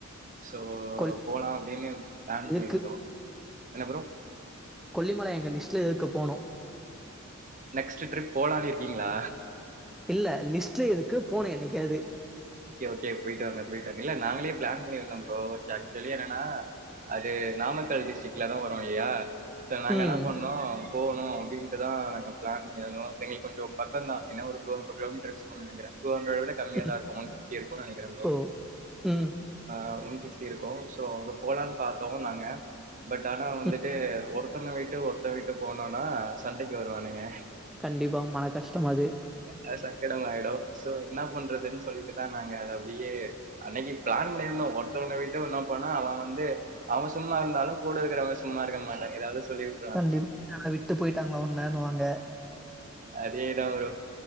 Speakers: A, on the right (about 40°); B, in the centre.
A: சோ
B: கொல்லிமலை
A: போலா அப்பிடினு ப்ளான்
B: இருக்கு.
A: பண்ணிருந்தோ என்ன ப்ரோ
B: கொல்லிமல எங்க லிஸ்ட்ல இருக்கு போணு
A: நெக்ஸ்ட்டு ட்ரிப் போலான் இருக்கீங்களா
B: இல்ல லிஸ்ட்ல இருக்கு போனு என்னைக்காது
A: ஓகே ஓகே போயிட்டு வாங்க போய்ட்டு வாங்க இல்ல நாங்களே ப்ளான் பண்ணிருந்தோ ப்ரோ சே ஆக்சுவலி என்னனா அது நாமக்கல் டிஸ்ட்ரிக்லதா வரு இல்லையா சோ நாங்க
B: ம்.
A: என்ன பண்ணோ போவணு அப்பிடின்ட்டுதா நாங்க ப்ளான் பண்ணிருந்தோ இப்ப எங்களுக் கொஞ்ச பக்கந்தா என்ன ஒரு டூ ஹண்ட்ரட் கிலோமீட்டர்ஸ் ம்னு நெனக்கிறே டூஹண்ட்ரட விட கம்மியாதா
B: ம்.
A: இருக்கு ஒன் ஃபிஃப்டி இருக்கு நெனக்கிறே ப்ரோ
B: ஓ! ம்.
A: ஆ ஒன் ஃபிஃப்டி இருக்கு ஸோ அங்க போலான் பாத்தோ நாங்க பட் ஆனா வந்துட்டு
B: ம்.
A: ஒருத்தன விட்டு ஒருத்தன் விட்டு போனோனா சண்டைக்கி வருவானுங்க
B: கண்டிப்பா மனக்கஷ்டம் அது
A: அ சங்கடமாயிடு சோ என்ன பண்றதுன் சொல்ட்டுதா நாங்க அத அப்டியே அன்னக்கி ப்ளான் பண்ணிருந்தோ ஒருத்தவன விட்டு ஒன்னா போனா அவன் வந்து அவன் சும்மா இருந்தாலு கூட இருக்கிறவங்க சும்மா இருக்க மாட்டங்கிது ஏதாவது சொல்லி விட்டுருவானுங்க
B: கண்டிப்பா <inaudible> விட்டு போயிட்டாங்களா ஒன்னன்னுவாங்க
A: அதேதா ப்ரோ